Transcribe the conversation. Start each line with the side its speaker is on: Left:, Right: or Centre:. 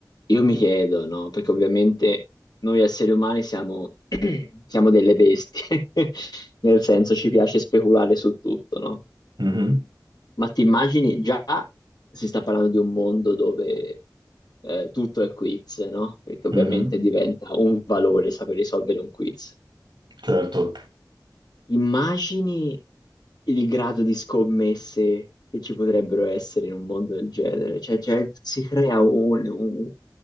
Left: io mi chiedo, no? Perché ovviamente noi esseri umani siamo, <clears throat> siamo delle bestie, <laughs> nel senso ci piace speculare su tutto, no?
Right: Mhm,
Left: Ma ti immagini già si sta parlando di un mondo dove eh, tutto è quiz, no? Perché ovviamente
Right: mhm,
Left: diventa un valore saper risolvere un quiz.
Right: certo.
Left: Immagini il grado di scommesse che ci potrebbero essere in un mondo del genere. Cioè, cioè, si crea un, un-